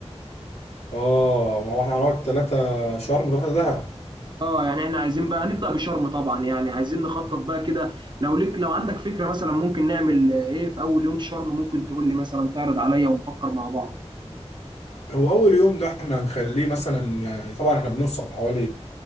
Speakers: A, on the left; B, on the right.
A: اه ما هو احنا هنقعد ثلاثة شرم وثلاثة دهب
B: اه يعني احنا عايزين بقى نبدأ بشرم طبعا يعني عايزين نخطط بقى كده لو ليك لو عندك فكرة مثلا ممكن نعمل ايه في اول يوم شرم ممكن تقول لي مثلا تعرض عليا ونفكر مع بعض
A: هو اول يوم ده احنا هنخليه مثلا يعني طبعا احنا بنوصل حوالي